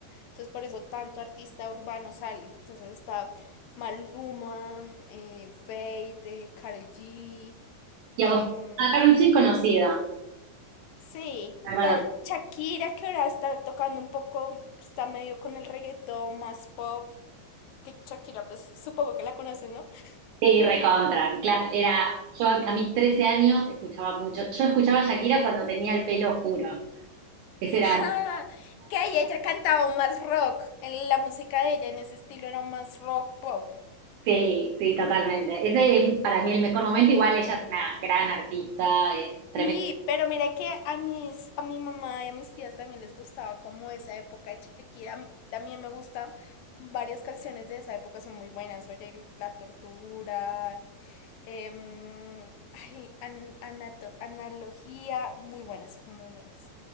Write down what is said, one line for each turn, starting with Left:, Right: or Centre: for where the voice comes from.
Left: entonces por eso tanto artista urbano sale. Entonces está Maluma, eh, Fate, eh, Karol G.
Right: Y a
Left: em,
Right: vos, ah, Karol G es conocida,
Left: sí,
Right: hermana.
Left: eh, Shakira que ahora está tocando un poco, está medio con el reggaetón más pop. Que Shakira, pues supongo que la conoces, ¿no? <laughs>
Right: Sí, recontra. Clas- Era, yo a, a mis 13 años escuchaba mucho. Yo escuchaba a Shakira cuando tenía el pelo oscuro. Ese era.
Left: Ah, que ahí ella cantaba más rock. En la música de ella en ese estilo era más rock pop.
Right: Sí, sí, totalmente. Ese es para mí el mejor momento. Igual ella es una gran artista, es tremenda.
Left: Sí, pero mira que a mis, a mi mamá y a mis tías también les gustaba como esa época de Shakira. A mí también me gusta. Varias canciones de esa época son muy buenas. Oye, La Tortura, em, ay, an- anato- Analogía, muy buenas, muy buenas.